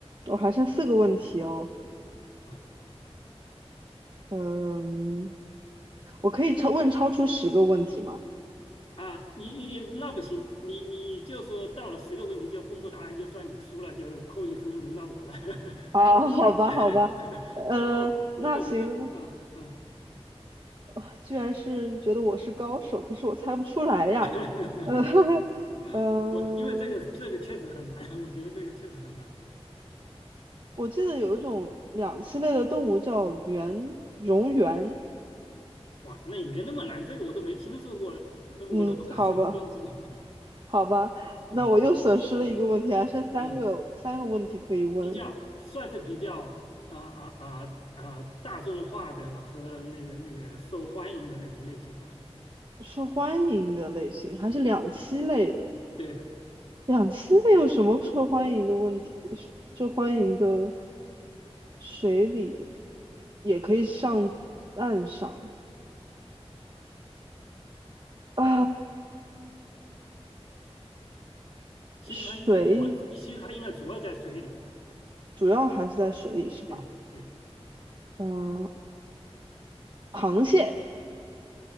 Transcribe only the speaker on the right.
我还剩四个问题哦。
嗯，我可以超问超出十个问题吗？
啊，
好吧，
好吧。呃，
那行，啊居然是觉得我是高手，可是我猜不出来呀。
呃，<laughs> 嗯、
我记得有一种两栖类的动物叫圆蝾螈，
嗯，好吧，
好吧，那我又损失了一个问题，
还剩三个三个问题可以问。
受欢迎的类型还是两栖类的？
两栖类有什么受欢迎的问题？受欢迎的水里也可以上岸上啊，
水
主要还是在水里是吧？
嗯，螃蟹。